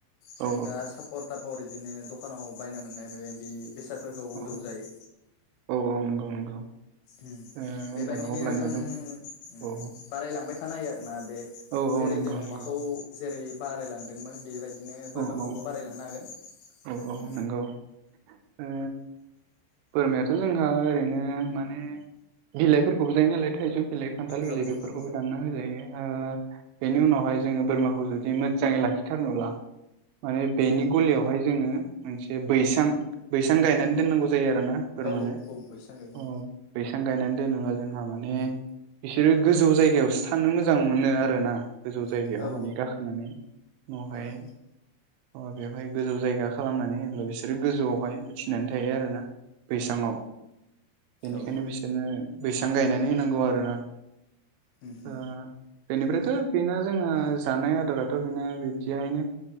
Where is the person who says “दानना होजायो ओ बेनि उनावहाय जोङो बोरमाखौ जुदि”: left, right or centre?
Right